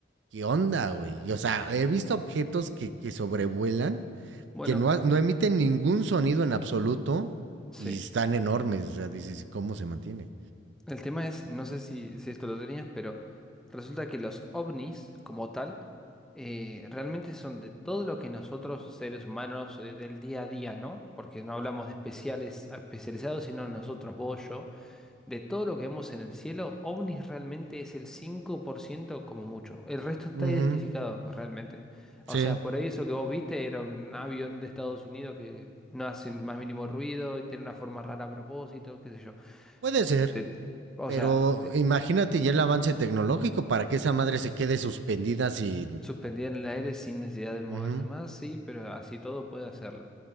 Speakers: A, on the right; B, in the centre.
A: ¿qué onda, güey? Y, o sea, he visto objetos que, que sobrevuelan,
B: Bueno,
A: que no, ha- no emiten ningún sonido en absoluto
B: sí.
A: y están enormes. O sea, dices, ¿cómo se mantiene?
B: El tema es, no sé si, si esto lo tenías, pero resulta que los ovnis, como tal, eh, realmente son de todo lo que nosotros, seres humanos, eh, del día a día, ¿no? Porque no hablamos de especiales, especializados, sino nosotros, vos, yo. De todo lo que vemos en el cielo, ovnis realmente es el 5% como mucho. El resto está
A: Ujú,
B: identificado realmente.
A: sí,
B: O sea, por ahí eso que vos viste era un avión de Estados Unidos que no hace el más mínimo ruido y tiene una forma rara a propósito, qué sé yo.
A: puede ser.
B: Te- o
A: Pero
B: sea,
A: imagínate ya el avance tecnológico para que esa madre se quede suspendida sin...
B: Suspendida en el aire sin necesidad de moverse
A: Ujú,
B: más, sí, pero así todo puede hacerlo.